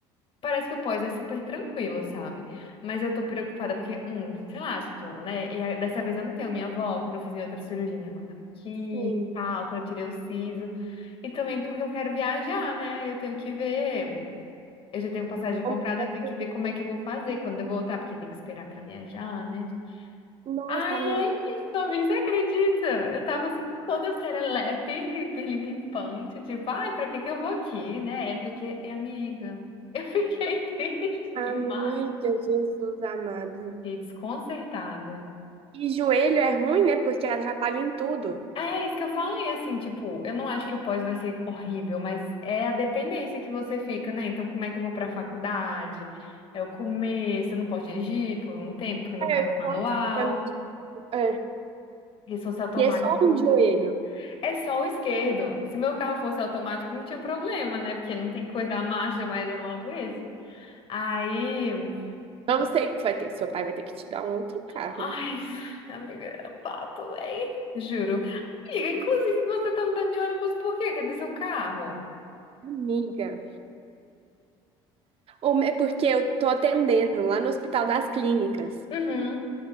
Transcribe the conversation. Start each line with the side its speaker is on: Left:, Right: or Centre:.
Left: Parece que o pós é super tranquilo, sabe? Mas eu tô preocupada porque, um, sei lá, tipo, né? E a- dessa vez eu não tenho minha avó, quando eu fiz minha outra cirurgia, minha avó tava aqui,
Right: Sim.
Left: tal, quando eu tirei o siso. E também porque eu quero viajar, né? Aí eu tenho que ver. Eu já tenho passagem comprada,
Right: Como que vai
Left: eu tenho
Right: fazer?
Left: que ver como é que eu vou fazer quando eu voltar, porque tem que esperar pra viajar, né?
Right: Nossa,
Left: Ai,
Right: amiga.
Left: ai, também você acredita? Eu tava assim, toda serelepe, hiperlimpante, tipo, ai, pra que que eu vou aqui, né? Só aqui e amiga, eu fiquei <laughs> triste demais.
Right: Amiga, Jesus amado.
Left: Fiquei desconcertada.
Right: E joelho é ruim, né? Porque atrapalha em tudo.
Left: É isso que eu falei, assim, tipo, eu não acho que o pós vai ser horrível, mas é a dependência que você fica, né? Então, como é que eu vou pra faculdade? É o começo, eu não posso dirigir por um tempo, porque meu
Right: É,
Left: carro
Right: eu
Left: é manual,
Right: tava pensando, tipo, é.
Left: porque se fosse automático.
Right: E é só um joelho.
Left: É só o esquerdo. Se meu carro fosse automático, não tinha problema, né? Porque não tem que cuidar a marcha, mas é logo esse. Aí.
Right: Vamos ter que vai ter, seu pai vai ter que te dar um outro carro.
Left: Ai, amiga, é pato, véi. Juro. Amiga, inclusive você tá andando de ônibus por quê? Cadê seu carro?
Right: Amiga. Ou é porque eu tô atendendo lá no Hospital das Clínicas.
Left: Uhum.